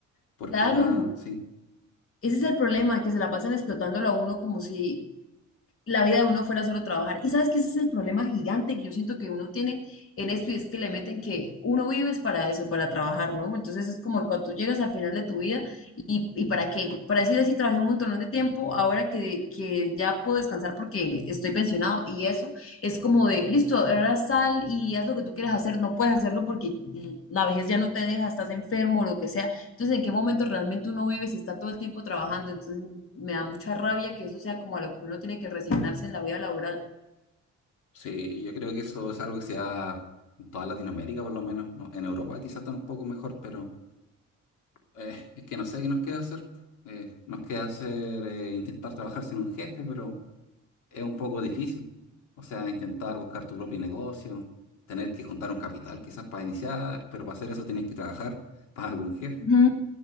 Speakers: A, on the left; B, on the left.
A: ¿Por
B: Claro,
A: qué tan...? Sí,
B: ese es el problema, que se la pasan explotándolo a uno como si la vida de uno fuera solo trabajar. Y sabes que ese es el problema gigante que yo siento que uno tiene en esto y es que le meten que uno vives para eso, para trabajar, ¿no? Entonces es como que cuando tú llegas al final de tu vida y, y ¿para qué? Para decir así, trabajé un montón de tiempo, ahora que, que ya puedo descansar porque estoy pensionado y eso es como de, listo, ahora sal y haz lo que tú quieras hacer, no puedes hacerlo porque la vejez ya no te deja, estás enfermo o lo que sea, entonces, ¿en qué momento realmente uno vive si está todo el tiempo trabajando? Entonces, me da mucha rabia que eso sea como a lo que uno tiene que resignarse en la vida laboral.
A: sí, yo creo que eso es algo que se da en toda Latinoamérica, por lo menos, ¿no? En Europa quizás está un poco mejor, pero eh, es que no sé qué nos queda hacer. Eh, nos queda hacer, eh, intentar trabajar sin un jefe, pero... es un poco difícil. O sea, intentar buscar tu propio negocio, tener que juntar un capital quizás para iniciar, pero para hacer eso tienes que trabajar <laughs> para algún jefe.
B: Ujú.